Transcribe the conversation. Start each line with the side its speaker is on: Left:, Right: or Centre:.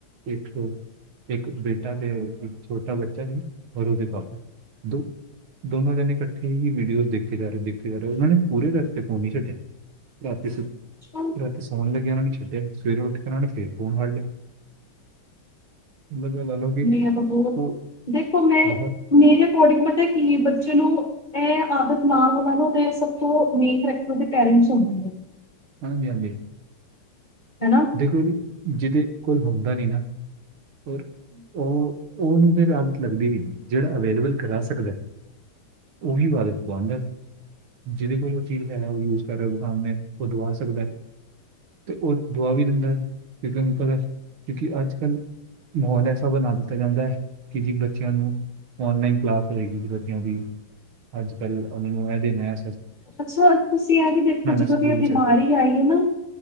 Right: ਇੱਕ -ਇੱਕ ਬ ਤੇ ਇੱਕ ਛੋਟਾ ਬੱਚਾ ਸੀ, ਔਰ ਉਹਦੇ ਪਾਪਾ ਦੋ ਦੋਨੋ ਜਣੇ ਇਕੱਠੇ ਹੀ ਬ ਦੇਖੇ ਜਾ ਰਹੇ- ਦੇਖੇ ਜਾ ਰਹੇ, ਉਹਨਾਂ ਨੇ ਪੂਰੇ ਰਸਤੇ ਫੋਨ ਨਹੀਂ ਛੱਡਿਆ, ਵਾਪਿਸ
Left: ਹਮ।
Right: ਰਾਤੀਂ ਸੋਨ ਲੱਗੇ ਵੀ ਨਹੀਂ ਛੱਡਿਆ, ਸਵੇਰੇ ਉੱਠ ਕੇ ਉਹ ਨੇ ਫੇਰ ਫੋਨ ਫੜ ਲਿਆ। ਮਤਲਬ ਮੈਂ ਲਾ ਲਓ ਕਿ
Left: ਨਹੀਂ
Right: ਤ
Left: ਆ ਤਾਂ ਬਹੁਤ ਦੇਖੋ ਮੈਂ
Right: ਬਹੁਤ
Left: ਮੇਰੇ ਅਕੋਰਡਿੰਗ ਪਤਾ ਕਿ ਬੱਚੇ ਨੂੰ ਇਹ ਆਦਤ ਨਾਲ ਉਹਨਾਂ ਨੂੰ ਦੇ ਸਭ ਤੋਂ ਮੇਨ ਕਰੈਕਟਰ ਦੇ ਪੇਰਟਸ ਹੁੰਦੇ ਨੇ।
Right: ਹਾਂਜੀ -ਹਾਂਜੀ!
Left: ਹਨਾ।
Right: ਦੇਖੋ ਜੀ ਜਿਹਦੇ ਕੋਲ ਹੁੰਦਾ ਨੀ ਨਾ ਪਰ ਉਹ ਉਹਨੂੰ ਫਿਰ ਆਦਤ ਲੱਗਦੀ ਵੀ ਨਹੀਂ, ਜਿਹੜਾ ਅਵੇਲੇਬਲ ਕਰਾ ਸਕਦਾ ਹੈ। ਉਹੀ ਵਦ ਪਦਰ <unintelligible> ਜਿਹਦੇ ਕੋਲ ਉਹ ਚੀਜ਼ ਹੈ, ਉਹ ਯੂਜ ਕਰ ਰਿਹਾ, ਬੁਖਾਮ ਨੇ ਉਹ ਦਵਾ ਸਕਦਾ ਹੈ। ਅਤੇ ਉਹ ਦੁਆ ਵੀ ਦਿੰਦਾ, ਕਿਨ ਨੂੰ ਪਤਾ ਕਿਉਂਕਿ ਅੱਜ ਕੱਲ੍ਹ ਮਾਹੌਲ ਐਸਾ ਬਣਾ ਦਿੱਤਾ ਜਾਂਦਾ ਹੈ, ਕਿ ਜੀ ਬੱਚਿਆਂ ਨੂੰ ਔਨਲਾਈਨ ਕਲਾਸ ਹੋਏਗੀ ਬੱਚਿਆਂ ਦੀ, ਅੱਜ ਕੱਲ ਉਹਨਾਂ ਨੂੰ ਇਹ ਦੇਨਾਂ।
Left: ਅੱਛਾ, ਤੁਸੀਂ ਇਹ ਵੀ ਦੇਖੋ, ਜਦੋਂ
Right: ਸਕੂਲ
Left: ਦੀ ਇਹ ਬਿਮਾਰੀ
Right: 'ਚ
Left: ਹੀ ਆਈ ਹੈ ਨਾ